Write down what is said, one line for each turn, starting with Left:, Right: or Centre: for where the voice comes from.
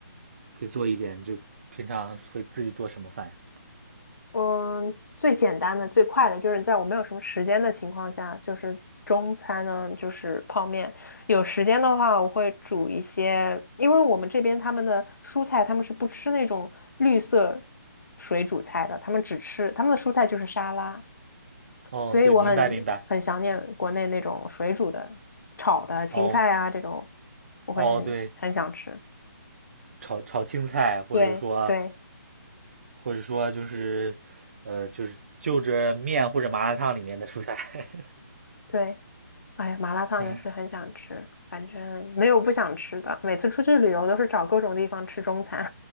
Right: 会做一点，就平常会自己做什么饭呀？
Left: 嗯，最简单的、最快的就是在我没有什么时间的情况下，就是中餐呢，就是泡面。有时间的话，我会煮一些，因为我们这边他们的蔬菜，他们是不吃那种绿色水煮菜的，他们只吃他们的蔬菜就是沙拉，
Right: 哦，
Left: 所以我很很想念国内那种水煮的、
Right: 对，明白明白。
Left: 炒的青菜啊这种，
Right: 哦
Left: 我会很很想吃。
Right: 哦，对，炒炒青菜，或者说
Left: 对对。
Right: 或者说就是呃就是就着面或者麻辣烫里面的蔬菜。<laughs>
Left: 对，哎呀，麻辣烫也是很想吃，
Right: 嗯，
Left: 反正没有不想吃的。每次出去旅游都是找各种地方吃中餐，